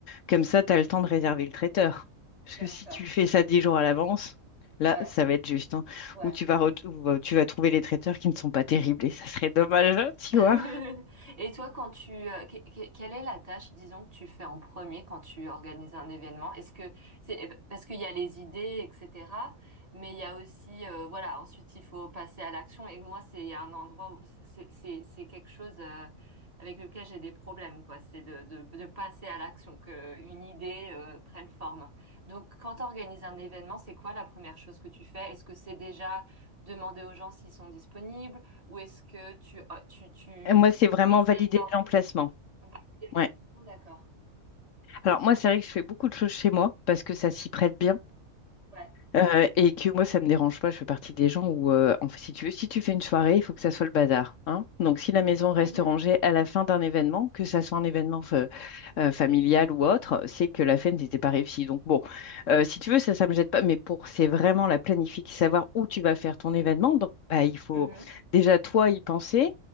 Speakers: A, on the left; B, on the right.
A: comme ça, tu as le temps de réserver le traiteur. Parce
B: D'accord.
A: que si tu fais ça 10 jours à l'avance, là,
B: Ouais,
A: ça va être juste, hein.
B: ouais.
A: Ou tu vas, re- ou, euh, tu vas trouver les traiteurs qui ne sont pas terribles et ça serait dommage, hein, tu
B: <laughs>
A: vois.
B: Et toi, quand tu, euh, que- que- quelle est la tâche, disons, que tu fais en premier quand tu organises un événement? Est-ce que c'est eh ben, parce qu'il y a les idées, etc. Mais il y a aussi, euh, voilà, ensuite il faut passer à l'action. Et moi, c'est un endroit où c'est c'est c'est quelque chose euh, avec lequel j'ai des problèmes, quoi. C'est de, de de passer à l'action, que une idée euh, prenne forme. Donc, quand tu organises un événement, c'est quoi la première chose que tu fais? Est-ce que c'est déjà demander aux gens s'ils sont disponibles? Ou est-ce que tu, ah, tu, tu
A: Et moi, c'est vraiment
B: essayes
A: valider
B: d'en
A: l'emplacement.
B: valider l'organisation?
A: Ouais.
B: D'accord.
A: Alors moi, c'est vrai que je fais beaucoup de choses chez moi parce que ça s'y prête bien.
B: Ouais.
A: euh, et que moi, ça me dérange pas. Je fais partie des gens où, euh, en fait, si tu veux, si tu fais une soirée, il faut que ça soit le bazar, hein. Donc, si la maison reste
B: <laughs>
A: rangée à la fin d'un événement, que ça soit un événement euh, euh, familiale ou autre, c'est que la fête n'était pas réussie. Donc bon, euh, si tu veux, ça, ça me jette pas, mais pour, c'est vraiment la planification, savoir où tu vas faire ton événement. Donc bah, il faut
B: Mhm.
A: déjà toi y penser.